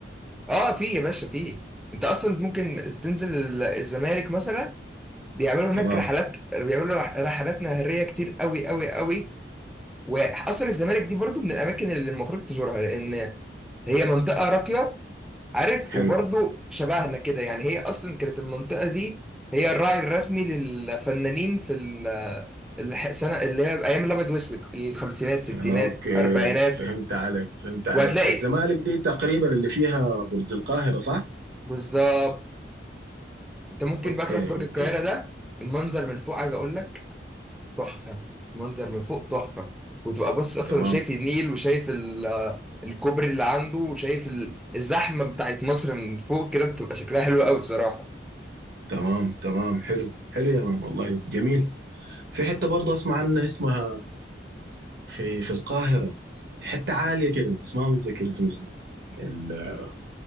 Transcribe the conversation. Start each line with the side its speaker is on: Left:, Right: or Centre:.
Centre: اه في يا باشا في انت اصلا ممكن تنزل ال- الزمالك مثلا بيعملوا هناك
Right: تمام
Centre: رحلات بيعملوا رح- رحلات نهريه كتير قوي قوي قوي واصلا الزمالك دي برضو من الاماكن اللي المفروض تزورها لان هي منطقه راقيه عارف
Right: حلو
Centre: وبرضه شبهنا كده يعني هي اصلا كانت المنطقه دي هي الراعي الرسمي للفنانين في ال- الح- السنه اللي هي ايام الابيض واسود الخمسينات ستينات
Right: أوكي
Centre: اربعينات
Right: فهمت عليك فهمت عليك
Centre: وهتلاقي
Right: الزمالك دي تقريبا اللي فيها برج القاهرة صح؟
Centre: بالظبط انت ممكن
Right: أوكي
Centre: بقى تروح برج
Right: أوكي
Centre: القاهره ده المنظر من فوق عايز اقول لك تحفه المنظر من فوق تحفه وتبقى باصص اصلا
Right: تمام
Centre: وشايف النيل وشايف ال- الكوبري اللي عنده وشايف ال- الزحمه بتاعت مصر من فوق كده بتبقى شكلها حلو قوي بصراحه
Right: تمام تمام حلو حلو يا مان والله جميل في حتة برضه أسمع عنها اسمها في في القاهرة حتة عالية كده بس ما متذكر اسمها شنو ال-